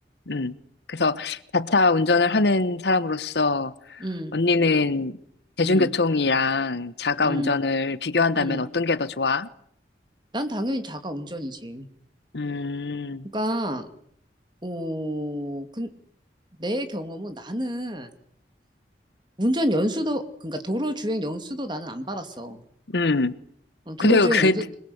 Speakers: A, on the left (about 70°); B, on the right (about 25°).
A: 음. 그래서 자차 운전을 하는 사람으로서
B: 음,
A: 언니는 대중교통이랑
B: 음,
A: 자가
B: 음,
A: 운전을 비교한다면
B: 음.
A: 어떤 게 더 좋아?
B: 난 당연히 자가 운전이지.
A: 음,
B: 그러니까, 오, 그, 내 경험은 나는 운전 연수도, 그러니까 도로주행 연수도 나는 안 받았어.
A: 음.
B: 어, 도로주행
A: 근데 그
B: 연수도